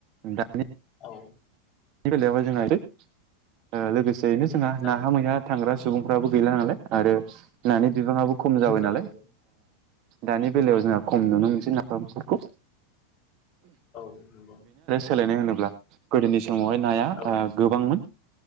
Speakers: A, on the right; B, on the left.
A: दानि
B: औ
A: <unintelligible> बेलायावहाय जोंहा ओ लोगोसेयैनो
B: खम
A: जोंहा
B: जाबोनाय
A: नाहा मैया थांग्रा सुबुंफ्राबो गैला नालाय आरो नानि
B: खम जाबाय औ
A: दानि बेलायाव
B: औ
A: जोंहा खम नुनो मोनसै ना <unintelligible> फोरखौ
B: औ नंगौ
A: सोलायनाय होनोब्ला गोदोनि समावहाय नाया
B: औ
A: ओ गोबांमोन